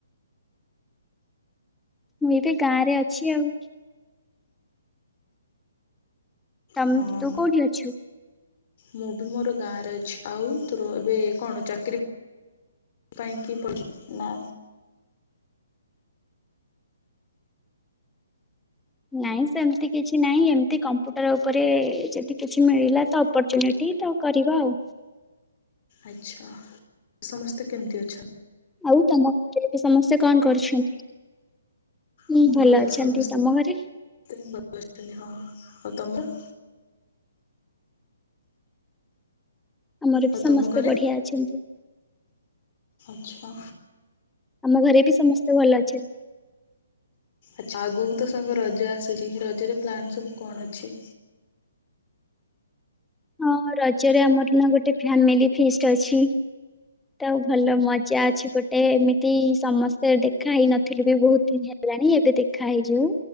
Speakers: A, in the centre; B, on the left.
A: ମୁଁ ଏବେ ଗାଁ ରେ ଅଛି ଆଉ। ତମ
B: ହଁ
A: ତୁ କୋଉଠି ଅଛୁ?
B: ମୁଁ ବି ମୋର ଗାଁରେ ଅଛି। ଆଉ ତୋର ଏବେ କଣ ଚାକିର ପାଇଁ କି ନା?
A: ନାଇଁ ସେମତି କିଛି ନାହିଁ ଏମିତି କମ୍ପୁଟର ଉପରେ ଯଦି କିଛି ମିଳିଲା ତ ଅପରଚୁନିଟି ତ କରିବା ଆଉ।
B: ଆଚ୍ଛା ସମସ୍ତେ କେମିତି ଅଛ
A: ଆଉ ତମ ଘରେ ଏବେ ସମସ୍ତେ କଣ କରୁଛନ୍ତି? ହୁଁ
B: ଆମ
A: ଭଲ
B: ଘରେ
A: ଅଛନ୍ତି
B: ସମସ୍ତ
A: ତମ ଘରେ
B: ଭଲ ଅଛନ୍ତି। ହଁ, ଆଉ ତମର?
A: ଆମର
B: ଆଉ
A: ବି ସମସ୍ତେ
B: ତମ ଘରେ?
A: ବଢିଆ ଅଛନ୍ତି।
B: ଆଛା।
A: ଆମ ଘରେ ବି ସମସ୍ତେ ଭଲ ଅଛନ୍ତି।
B: ଆଛା ଆଗକୁ ତ ସାଙ୍ଗ ରଜ ଆସୁଛି ରଜରେ ପ୍ଲାନ୍ ସବୁ କଣ ଅଛି?
A: ହଁ ରଜରେ ଆମର ନା ଗୋଟେ ଫ୍ୟାମିଲି ଫିଷ୍ଟ ଅଛି। ତାଉ ଭଲ ମଜା ଅଛି ଗୋଟେ ଏମିତି ସମସ୍ତେ ଦେଖା ହେଇ ନଥିଲେ ବି ବହୁତ ଦିନ ହେଲାଣି ଏବେ ଦେଖା ହେଇଯିବୁ।